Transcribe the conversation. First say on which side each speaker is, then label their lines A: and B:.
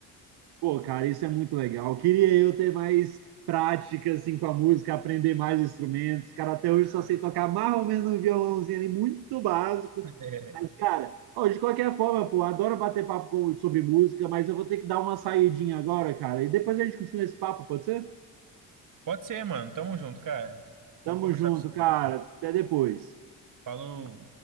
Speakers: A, on the right (about 65°); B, on the right (about 50°).
A: Pô, cara, isso é muito legal. Queria eu ter mais prática assim com a música, aprender mais instrumentos. Cara, até hoje só sei tocar mais ou menos um violãozinho ali muito básico.
B: <laughs>
A: Mas, cara, ó, de qualquer forma, pô, adoro bater papo com- sobre música, mas eu vou ter que dar uma saidinha agora, cara. E depois a gente continua esse papo, pode ser?
B: Pode ser, mano. Tamo junto, cara.
A: Tamo
B: Vamos conversar
A: junto,
B: com você.
A: cara.
B: mano.
A: Até depois.
B: Falou.